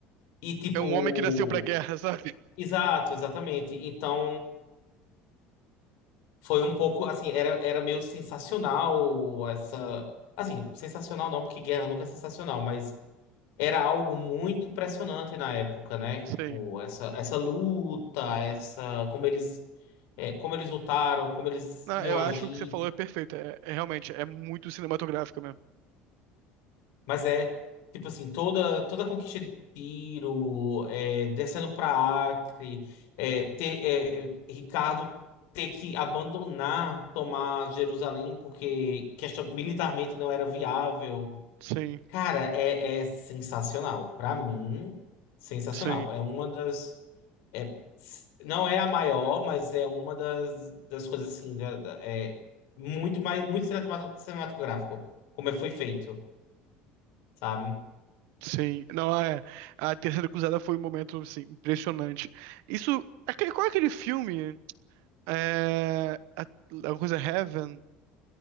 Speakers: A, on the left; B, on the right.
A: E tipo.
B: É um homem que nasceu pra guerra, <laughs> sabe?
A: Exato, exatamente. Então, foi um pouco assim, era, era meio sensacional essa. Assim, sensacional não, porque guerra nunca é sensacional, mas era algo muito impressionante na época, né?
B: Sim.
A: Tipo, essa, essa luta, essa, como eles, é, como eles lutaram, como eles
B: Não,
A: iam
B: eu
A: agir,
B: acho que o que você falou é perfeito. É, é realmente, é muito cinematográfico mesmo.
A: Mas é, tipo assim, toda, toda a conquista de Tiro, é, descendo pra Acre, é, ter, é, Ricardo ter que abandonar, tomar Jerusalém, porque questão, militarmente não era viável.
B: Sim,
A: Cara, é, é sensacional. Pra mim, sensacional.
B: sim,
A: É uma das. é, s- não é a maior, mas é uma das, das coisas assim. da- da- é muito mais, muito cinematográfico, como é- foi feito, sabe?
B: sim. Não, é. A Terceira Cruzada foi um momento, assim, impressionante. Isso. aquele- Qual é aquele filme? É, a- alguma coisa Heaven,